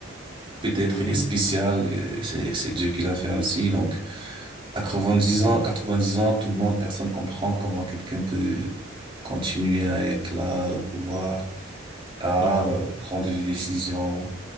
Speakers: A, on the right; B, on the left.
A: Peut-être
B: Mhm,
A: il est spécial, euh, c'est, c'est Dieu qui l'a fait ainsi, donc, à quatre-vingt-dix
B: mhm,
A: ans, quatre-vingt-dix ans, tout le monde, personne comprend comment quelqu'un peut continuer à être là, au pouvoir, à
B: mhm,
A: euh, prendre des décisions